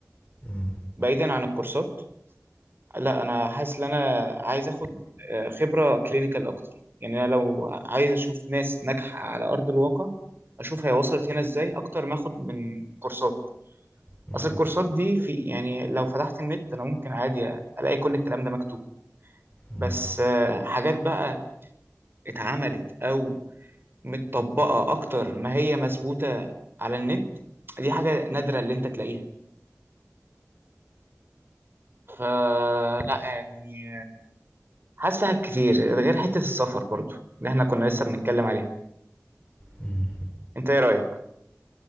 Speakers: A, on the left; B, on the right.
A: مم.
B: بعيدا عن الكورسات لا انا حاسس ان انا عايز اخد آه، خبره كلينيكال اكتر يعني انا لو عايز اشوف ناس ناجحه على ارض الواقع اشوف هي وصلت هنا ازاي اكتر ما اخد من كورسات
A: مم.
B: اصل الكورسات دي في يعني لو فتحت النت انا ممكن عادي الاقي كل الكلام ده مكتوب
A: مم.
B: بس آه، حاجات بقى اتعملت او متطبقه اكتر ما هي مثبوته على النت دي حاجه نادره اللي انت تلاقيها فلا يعني حاسس فيها كتير غير حتة السفر برضو اللي احنا كنا لسه بنتكلم عليها
A: مم.
B: انت ايه رأيك؟